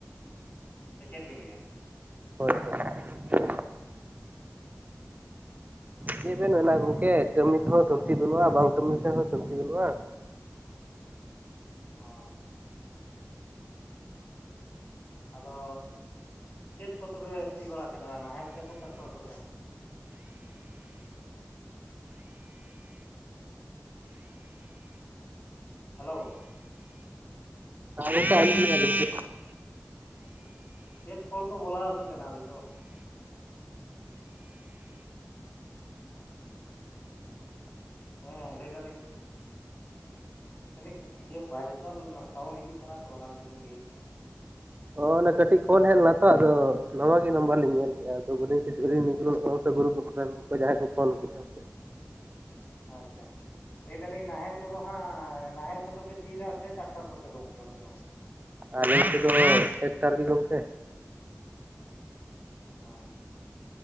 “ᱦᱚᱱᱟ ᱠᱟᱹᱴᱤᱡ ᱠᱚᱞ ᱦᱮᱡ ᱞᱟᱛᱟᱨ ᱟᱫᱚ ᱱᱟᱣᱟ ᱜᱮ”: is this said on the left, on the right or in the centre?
Right